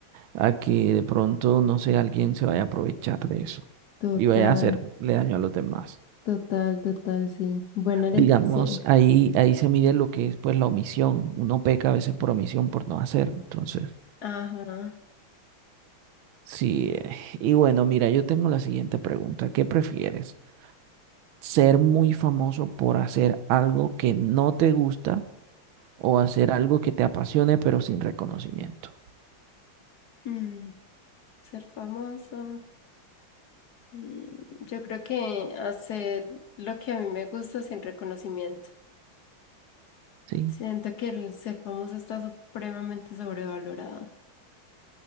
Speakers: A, on the right; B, on the left.
A: a que de pronto, no sé, alguien se vaya a aprovechar de eso
B: total,
A: y vaya a hacerle daño a los demás.
B: total, total, sí. Buena elección.
A: Digamos, ahí, ahí se mide lo que es pues la omisión. Uno peca a veces por omisión, por no hacer. Entonces,
B: Ajá.
A: sí. eh, Y bueno, mira, yo tengo la siguiente pregunta. ¿Qué prefieres? ¿Ser muy famoso por hacer algo que no te gusta? o hacer algo que te apasione pero sin reconocimiento,
B: Mm, ser famoso. Mm, yo creo que hacer lo que a mí me gusta sin reconocimiento.
A: ¿sí?
B: Siento que el ser famoso está supremamente sobrevalorado.